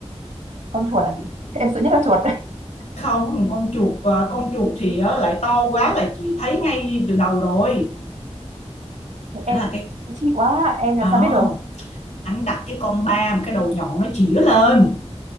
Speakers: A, on the right; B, on the left.
A: Con chuột à chị? Em sợ nhất là chuột. <laughs>
B: không con chuột ờ, con chuột thì ờ, lại to quá là chị thấy ngay từ đầu rồi thế
A: Em
B: là cái
A: chị quá, em làm
B: oh,
A: sao biết được?
B: anh đặt cái con ba mà cái đầu nhọn nó chĩa lên